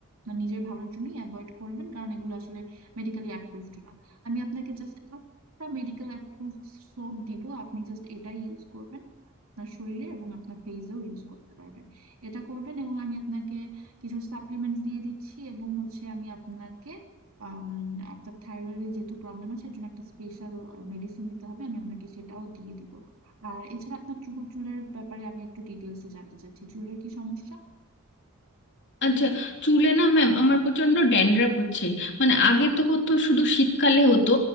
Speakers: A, on the right; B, on the left.
A: না নিজের ভালোর জন্যই অ্যাভয়েড করবেন কারণ এগুলো আসলে মেডিকেলি অ্যাপ্রুভড না আমি আপনাকে জাস্ট একটা মেডিকেল অ্যাপ্রুভড সোপ দিব আপনি জাস্ট এটাই ইউজ করবেন আপনার শরীরে এবং আপনার ফেসেও ইউজ করতে পারবেন এটা করবেন এবং আমি আপনাকে কিছু সাপ্লিমেন্টস দিয়ে দিচ্ছি এবং হচ্ছে আমি আপনাকে আম, আপনার থাইরয়েডের যেহেতু প্রবলেম আছে এর জন্য একটা স্পেশাল মেডিসিন দিতে হবে আমি আপনাকে সেটাও দিয়ে দিব আর এছাড়া আপনার চুল চুলের ব্যাপারে আমি একটু ডিটেলসে জানতে চাচ্ছি চুলের কি সমস্যা
B: আচ্ছা চুলে না ম্যাম আমার প্রচন্ড ড্যান্ড্রাফ হচ্ছে মানে আগে তো হতো শুধু শীতকালে হতো